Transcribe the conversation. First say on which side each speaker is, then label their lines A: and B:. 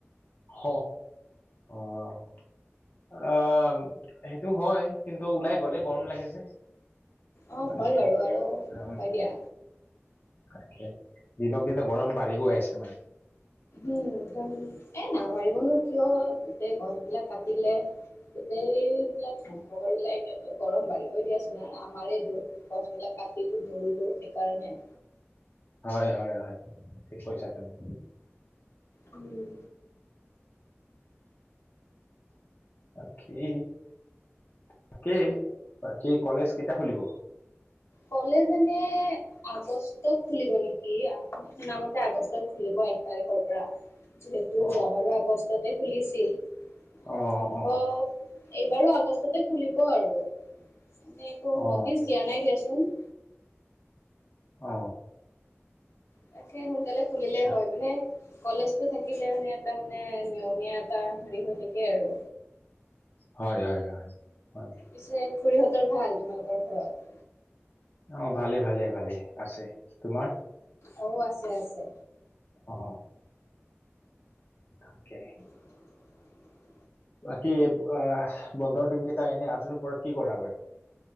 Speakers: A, on the left (about 40°); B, on the left (about 80°).
A: হ অ' অ সেইটো হয়, কিন্তু ওলাই গ'লে গৰম লাগে যে।
B: অ
A: মানে
B: হয় বাৰু, আৰু
A: উম
B: হয় দিয়া।
A: তাকে দিনক দিনে গৰম বাঢ়ি গৈ আছে মানে।
B: উম' একদম, এ নাবাৰিবনো কিয় গোটেই গছবিলাক কাটিলে, গোটেইবিলাক ধ্বংস কৰিলে, এতিয়া গৰম বাঢ়িবই দিয়াচোন ন আমাৰেই দুখ। গছবিলাক কাটিলোঁ মেলিলো সেইকাৰণে,
A: হয় হয় হয়, ঠিক কৈছা তুমি।
B: উম'
A: বাকী তাকেই বাকী কলেজ কেতিয়া খুলিব?
B: কলেজ এনে আগষ্টত খুলিব নেকি, আপুনি শুনা মতে আগষ্টত খুলিব এক তাৰিখৰ পৰা। যিহেতু
A: অ
B: যোৱাবাৰো আগষ্টতে খুলিছিল,
A: অ
B: সম্ভৱ
A: অ
B: এইবাৰো আগষ্টতে খুলিব আৰু মানে একো
A: অ
B: নটিচ দিয়া নাই দিয়াচোন।
A: অ
B: তাকে সোনকালে খুলিলে
A: আচ্ছা
B: হয় গ'লে কলেজটো থাকিলে মানে এটা মানে নিয়মীয়া এটা হেৰি হৈ থাকে আৰু
A: হয় হয় হয় হয়
B: পিছে খুৰীহঁতৰ ভাল তোমালোকৰ ঘৰত?
A: অ ভালে ভালে ভালে আছে তোমাৰ
B: অ' আছে আছে,
A: অ' তাকে,
B: <inaudible>
A: বাকী, আহ বন্ধৰ দিন কেইটা এনে আজৰি পৰত কি কৰা বাৰু?